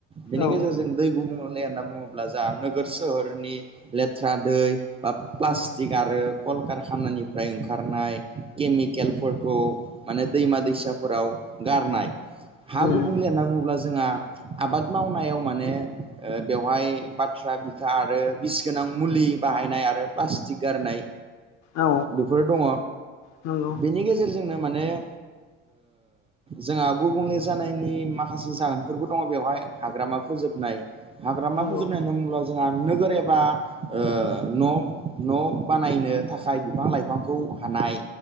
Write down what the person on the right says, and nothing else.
बेनि
गेजेरजों दै गुबुंले होनना बुङोब्ला जा नोगोर सोहोरनि लेथ्रा दै बा प्लास्टिक
आरो कल कारखानानिफ्राय ओंखारनाय केमिकेलफोरखौ माने दैमा दैसाफोराव गारनाय हा
गुबुंले होनना बुङोब्ला जोंआ आबाद मावनायाव माने ओ बेवहाय बाथ्रा बिखा आरो बिस गोनां मुलि बाहायनाय आरो प्लास्टि गारनाय
बेफोर दङ
बेनि गेजेरजोंनो माने ओ जोंआ गुबुंले जानायनि माखासे जाहोनफोरबो दङ बेवहाय हाग्रामा फोजोबनाय हाग्रामा
फोजोबनाय होनना बुङोब्ला जोंआ नोगोर एबा ओ न' न' बानायनो थाखाय बिफां लाइफांखौ हानाय